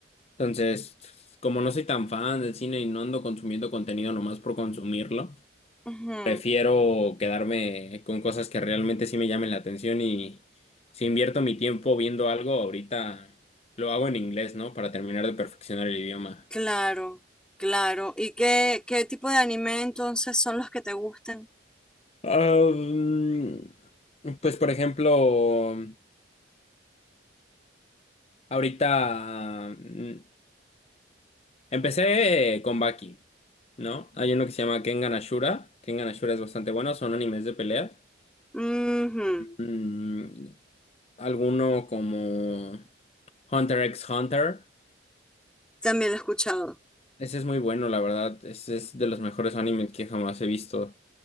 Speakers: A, on the left; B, in the centre.
A: Entonces, como no soy tan fan del cine y no ando consumiendo contenido nomás por consumirlo.
B: Ujú.
A: Prefiero quedarme con cosas que realmente sí me llamen la atención y si invierto mi tiempo viendo algo, ahorita lo hago en inglés, ¿no? Para terminar de perfeccionar el idioma.
B: Claro, claro. ¿Y qué, qué tipo de anime entonces son los que te gustan?
A: Ah, mm, pues por ejemplo, ahorita mm, empecé con Baki, ¿no? Hay uno que se llama Kengan Ashura. Kengan Ashura es bastante bueno, son animes de peleas.
B: Ujú,
A: Mm, alguno como Hunter x Hunter.
B: También lo he escuchado.
A: Ese es muy bueno, la verdad. Ese es de los mejores animes que jamás he visto.